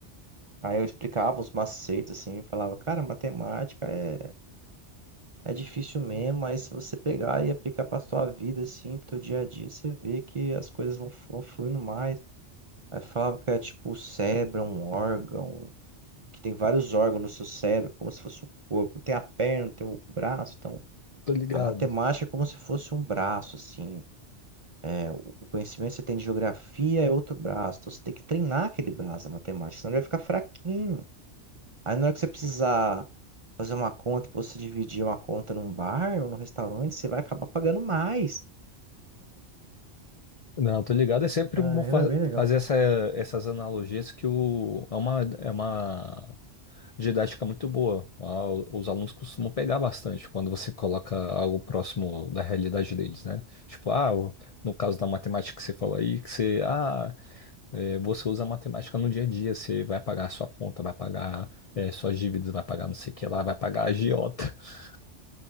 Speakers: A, on the right; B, on the left.
A: Aí eu explicava os macetes, assim, e falava, cara, matemática é, é difícil mesmo, mas se você pegar e aplicar pra sua vida, assim, pro teu dia a dia, você vê que as coisas vão, vão fluindo mais. Aí falava que é tipo o cérebro, é um órgão, que tem vários órgãos no seu cérebro, como se fosse o corpo, tem a perna, tem o braço, então
B: Tô ligado.
A: a matemática é como se fosse um braço, assim. É, o o conhecimento que você tem de geografia é outro braço, então você tem que treinar aquele braço da matemática, senão ele vai ficar fraquinho. Aí na hora que você precisar fazer uma conta pra você dividir uma conta num bar ou num restaurante, você vai acabar pagando mais.
B: Não, tô ligado. É sempre
A: Ah,
B: bom
A: era
B: fa-
A: bem legal.
B: fazer essa- essas analogias que o, é uma, é uma Didática muito boa. Ah, o- Os alunos costumam pegar bastante quando você coloca algo próximo da realidade deles, né? Tipo, ah, o- no caso da matemática que você falou aí, que você, ah, é, você usa a matemática no dia a dia, você vai pagar a sua conta, vai pagar, é, suas dívidas, vai pagar não sei o que lá, vai pagar a agiota. <laughs>